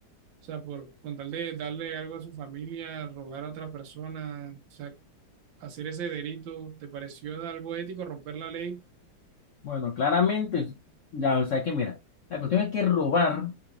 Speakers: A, on the right; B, on the left.
A: sea, por con tal de darle algo a su familia, rogar a otra persona, o sea, hacer ese delito, ¿te pareció algo ético romper la ley?
B: Bueno, claramente, ya, o sea que mira, la cuestión es que robar,